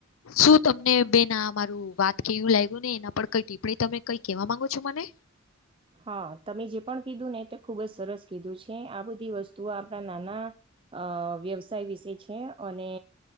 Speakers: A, on the left; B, on the right.
A: શું તમને બેન આ મારું વાત કેવું લાગ્યું ને એના પર કઈ ટીપ્પણી તમે કઈ કેવા માંગો છો મને?
B: <unintelligible> હા તમે જે પણ કીધું ને એ તો ખુબ જ સરસ કીધું છે આ બધી વસ્તુઓ આપણા નાના અ વ્યવસાય વિશે છે અને